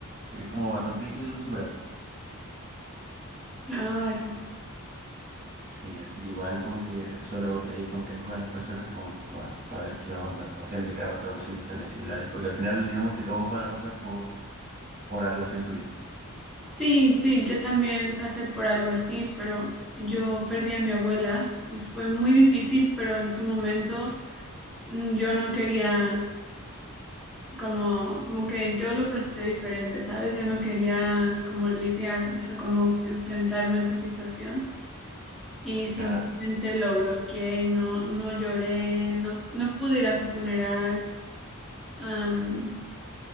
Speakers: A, on the right; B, in the centre.
A: que es como bastante difícil de superar.
B: Claro.
A: Sí, así que igual como que suelo pedir consejos a las personas como para ver qué onda, o gente que ha pasado por situaciones similares, porque al final digamos que todos van a pasar por, por algo así en su vida.
B: Sí, sí, yo también pasé por algo así, pero yo perdí a mi abuela y fue muy difícil, pero en su momento mm, yo no quería como como que yo lo procesé diferente, ¿sabes? Yo no quería como lidiar, o sea, como enfrentarme a esa situación. Y simplemente
A: Claro,
B: lo bloqueé y no, no lloré, no, fu- no pude ir a su funeral. am,